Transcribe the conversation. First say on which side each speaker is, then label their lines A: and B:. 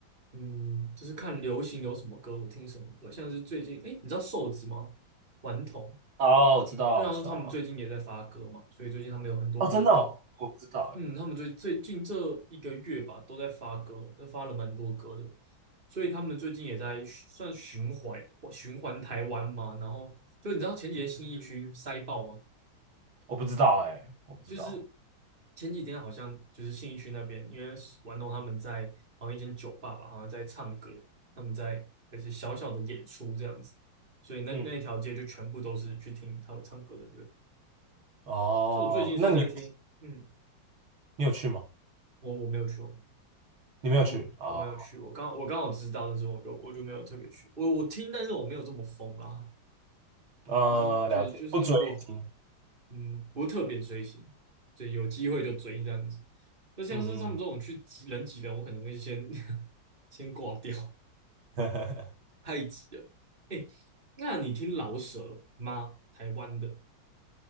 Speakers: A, on the right; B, on the right.
A: 嗯，就是看流行有什么歌，我听什么歌。像是最近，哎，你知道瘦子吗？顽童，
B: 哦，我知道，
A: 就像是他们最近也在发歌嘛，
B: 我知道。
A: 所以最近他们有很多活动。
B: 哦，真的哦，我不知道哎，
A: 嗯，他们最最近这一个月吧，都在发歌，都发了蛮多歌的。所以他们最近也在算循环循环台湾嘛，然后就你知道前几天新义区塞爆吗？
B: 我不知道哎，我不知道。
A: 就是前几天好像就是信义区那边，因为玩弄他们在好像一间酒吧吧，好像在唱歌，他们在也是小小的演出这样子，所以那那一条街就全部都是去听他们唱歌的人。
B: 嗯，哦，
A: 就我最近是在听，
B: 那你有
A: 嗯，
B: 你有去吗？
A: 我我没有去哦，
B: 你没有去啊？
A: 我我没有去，我刚我刚好知道，但是我就我就没有特别去，我我听，但是我没有这么疯啦，
B: 呃，
A: 就是就是就是如果
B: 了解，不追星。
A: 嗯，不特别追星，对，有机会就追这样子。那像是他们这种去挤人挤人，
B: 嗯
A: 我可能会先 <laughs> 先挂掉，
B: 嗯，<laughs>
A: 太挤了。哎，那你听饶舌吗？台湾的，